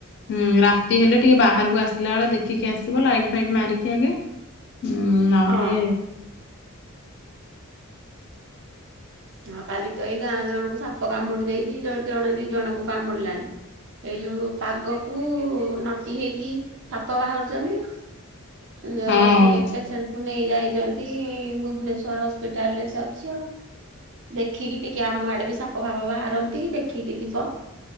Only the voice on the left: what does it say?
ହୁଁ ରାତି ହେଲେ ଟିକେ ବାହାରକୁ ଆସିଲା ବେଳେ ଦେଖିକି ଆସିବ ଲାଇଟ ଫାଇଟ୍ ମାରିକି ଆଗେ। ଉୁଁ ନହେଲେ
ହଁ